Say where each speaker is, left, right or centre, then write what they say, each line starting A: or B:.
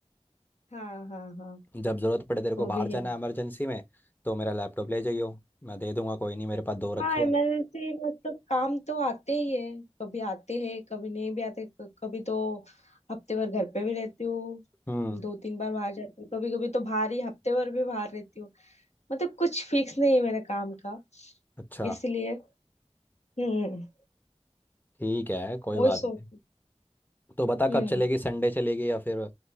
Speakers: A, on the left; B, on the left.
A: हाँ हाँ हाँ
B: जब ज़रूरत पड़े तेरे को
A: वो
B: बाहर
A: भी
B: जाना
A: है
B: है इमरजेंसी में तो मेरा लैपटॉप ले जाइयो मैं दे दूंगा कोई नहीं मेरे पास दो रखे
A: हाँ इमरजेंसी
B: हैं
A: मतलब काम तो आते ही है कभी आते हैं कभी नहीं भी आते क- कभी तो हफ्ते भर घर पे भी रहती हूँ
B: हम्म
A: दो तीन बार बाहर जाती हूँ कभी कभी तो बाहर ही हफ्ते भर भी बाहर रहती हूँ मतलब कुछ फिक्स नहीं है मेरे काम का
B: अच्छा
A: इसलिए हम्म
B: ठीक है कोई
A: वही
B: बात
A: सोच
B: नहीं तो बता
A: हम्म
B: कब चलेगी संडे चलेगी या फिर